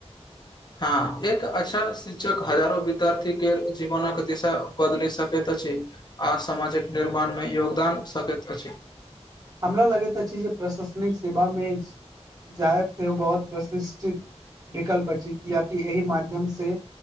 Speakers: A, on the left; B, on the right.
A: हँ एक अच्छा शिक्षक हजारो विद्यार्थी गेल जीवनक दिशा बदलि सकैत अछि आ समामाजक निर्माणमे योगदान सकैत अछि
B: हमरा लगैत अछि जे प्रशासनिक सेवा मे जायब सेहो बहुत प्रतिष्ठित विकल्प अछि किया कि एहि माध्यम से